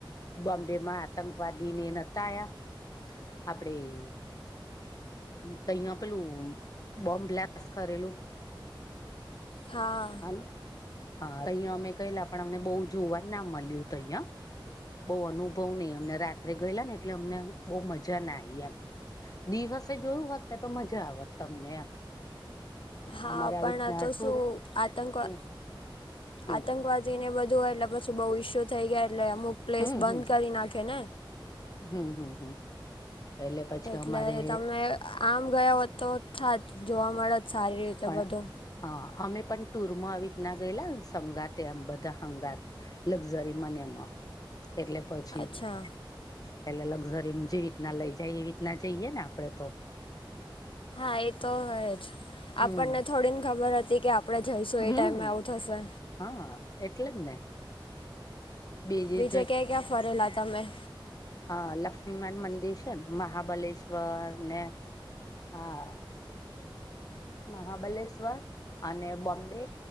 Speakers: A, on the left; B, on the left.
A: બોમ્બે માં આતંકવાદીને નહતા આવયા આપણેે તો અહયા પેલું બોમ્બ બ્લાસ્ટ કરેલું.
B: હા.
A: હ હા અહીં અમે ગયલા પણ અમને બહ જોવાનું ના મળ્યું હતું અહિયાં. બહુ અનુભવ નહ અમને રાત્રે ગયેલા ને એટલે અમને બહ મજા ના આવી. દિવસે જોયું હોત ને તો મજા આવેત તમને એમ.
B: હા
A: અમારે આવી
B: પણ
A: રીતના
B: તો
A: ટુર
B: શું આતંકવા
A: હમ હમ
B: આતંકવાદ ને બધું હોય એટલે પછી બહુ ઈસ્યુ થઈ ગયા એટલે અમુક પ્લેસ
A: હમ
B: બંધ
A: હમ
B: કરી નાખે ને.
A: હમ હમ હમ એટલે પછી
B: એટલે
A: અમારે
B: તમે આમ ગયો હો તો થા જ જોવા મળે જ સારી રીતે
A: પણ
B: બધું.
A: હા અમે પણ ટુરમાં આવી ના ગયેલા સંગાતે આમ બધા સંગાત લક્ઝરી માં ને એમાં એટલે પછી
B: અચ્છા
A: પેલે લક્ઝરી જેવી રીતના લઈ જાય એવી રીતના જઈએ ને આપડે તો
B: હા એ તો હય જ
A: હમ
B: આપણને થોડીને ખબર હતી કે આપણે જઈશું એ
A: હમ
B: ટાઈમે આવું થશે.
A: હા એટલે જ ને. બીજી
B: બીજે ક્યા ક્યા ફરેલા તમેં?
A: હ લક્ષ્મીમાન મંદિર છે મહાબલેશ્વર ને હા મહાબલેશ્વર અને બોમ્બે